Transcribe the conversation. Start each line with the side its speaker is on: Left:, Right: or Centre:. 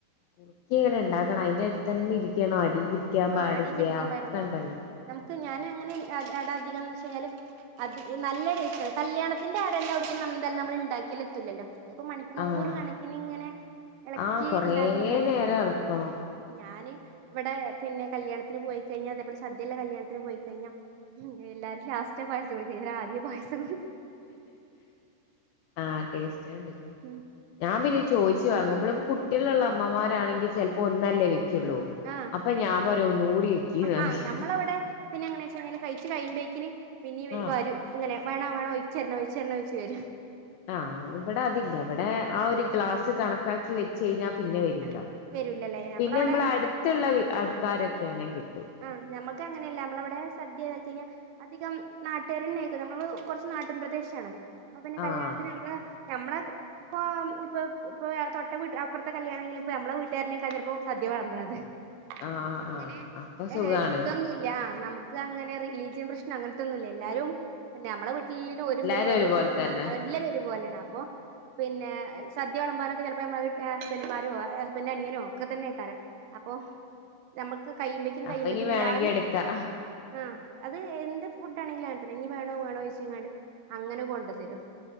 Left: കുർക്കി ഇങ്ങനെ ഇണ്ടാക്കണം അയിന്റട്തെന്നെ ഇരിക്കണം അടിൽ പിടി ക്കാൻ
Right: ആഹ്
Left: പാടില്ല
Right: അടി പിടിക്കാൻ
Left: ഒക്കണ്ടല്ലോ
Right: പാടില്ല നമുക്ക് ഞാനങ്ങനെ അടാധികാന്ന് വെച്ചയ്ഞ്ഞാല് അത് നല്ല ടെസ്റ്റണ് കല്യാണത്തിന്റെ അട എല്ലവ്ടുക്ക്ന്ന് എന്തായാലും നമ്മൾ ഇണ്ടാക്കിയൽ എതുലല്ലോ അതിപ്പൊ മണിക്കൂറ്
Left: ആഹ്
Right: കണക്കിന് ഇങ്ങനെ എളക്കി
Left: ആഹ് കൊറേ
Right: ഇണ്ടാക്കണതല്ലേ
Left: നേരം ഇളക്കണം
Right: ഞാന് ഇവിടെ പിന്നെ കല്യാണത്തിന് പോയിക്കഴിഞ്ഞ അതേപോലെ സദ്യള്ള കല്യാണത്തിന് പോയിക്കഴിഞ്ഞ എല്ലാരും ലാസ്റ്റ പായസം കുടിക്ക ഞാനാദ്യേ പായസം കു
Left: ആ ടേസ്റ്റോണ്ട്
Right: ഉം
Left: ഞാൻ പിന്നെ ചോയിച്ചു വാങ്ങു അമ്മളീ കുട്ടികളുള്ള അമ്മമാരാണെങ്കിൽ ചെൽപ്പോ ഒന്നല്ലേ വെക്കുള്ളൂ
Right: ആഹ്
Left: അപ്പൊ ഞാൻ പറയു ഒന്നുടി വയ്ക്കിന്ന് പറയു
Right: ആഹ്
Left: ഞാൻ
Right: നമ്മളവിടെ പിന്നെ എങ്ങനെ വെച്ചല് കയിച് കയ്മ്പെക്കിന് പിന്നീ
Left: ആഹ്
Right: വരും ഇങ്ങനെ വേണോ വേണോ ഒയിച്ചെര്ണോ ഒഴിച്ചെര്ണോ ചോയ്ച് വരും
Left: ആഹ് ഇവിടെ അതില്ല ഇവിടെ ആ
Right: ഉം
Left: ഒരു ഗ്ലാസ് കണക്കാക്കി വെ ചെയ്യഞ്ഞാ പിന്നെ വരൂല
Right: ആഹ് വരൂലല്ലേ നമ്മളവിടെ
Left: പിന്നെ മ്മളടുത്തുള്ള ആൾക്കാരൊക്കെയാണെങ്കി കിട്ടും
Right: ആ ഞമ്മക്ക് അങ്ങനെയല്ല അമ്മളവിടെ സദ്യദയി കയ്ഞ്ഞ അധികം നാട്ടുകാരന്നെക്കും നമ്മൾ കൊറച്ച് നാട്ടും പ്രദേശാണ് അപൊ പിന്നെ
Left: ആഹ്
Right: കല്യാണത്തിന് അമ്മളെ ഞമ്മള ഇപ്പൊ ഇപ്പൊ ഇപ്പൊ തൊട്ട വീട്ട് അപ്പർത്തെ കല്യാണെങ്കിലിപ്പോ അമ്മള വീട്ടുകാരനൊക്ക ചെൽപ്പോ സദ്യ വെളമ്പണത്
Left: ആഹ്
Right: അപ്പൊങ്ങനെ
Left: ആഹ് അപ്പൊ സുഖാണ്
Right: ഏഹ് ഇതന്നും ല്ല നമ്മക്ക് അങ്ങനെ റിലീജിയൻ പ്രശ്നം അങ്ങൻതൊന്നുല്ല എല്ലാരും ഞമ്മളെ എല്ലാരു ഒരും
Left: എല്ലാരും
Right: വെരും ഓരെ
Left: ഒരുപോലെ
Right: വീട്ടിൽ ഞമ്മ
Left: തന്നെ
Right: ല്ലരു ഒരുപോലെയാണ് അപ്പൊ പിന്നെ സദ്യ വെളമ്പാനൊക്കെ ചിലപ്പോ നമ്മളെ ഹസ്ബന്റ്മാരോ ഹസ്ബന്റെ അനിയനോ ഒക്കെ തന്നെക്കാരം അപ്പൊ ഞമ്മക്ക് കയ്യുമ്പക്കും കയ്യുമ്പക്കും
Left: അപ്പൊ ഇനി വേണെങ്കി
Right: എല്ലാരും
Left: എടുക്കാ
Right: ആ അത് എന്ത് ഫുഡ് ആണെങ്കിലും അങ്ങൻതെന്നെ ഇനി വേണോ വേണോ ചോയ്ച്ചിങ്ങാണ്ട് അങ്ങനെ കൊണ്ട തരും